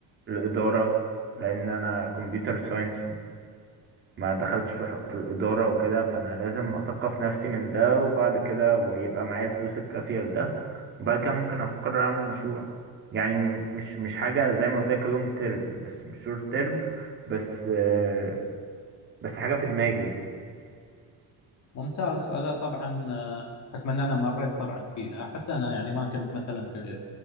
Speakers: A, on the right (about 30°); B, on the left (about 45°).
A: الادارة لان انا كمبيوتر ساينس ما دخلتش في ح- في الإدارة وكده فأنا لازم أثقف نفسي من ده وبعد كده ويبقى معايا الفلوس الكافية لده وبعد كده ممكن أفكر أعمل مشروع يعني م- مش مش حاجة زي ما قلت لك لونج تيرم بس مش شورت تيرم بس آه، بس حاجة في دماغي يعني
B: ممتاز هذا طبعا آه، بحكم ان انا مريت طبعا فيها حتى انا يعني ما كنت مثلا في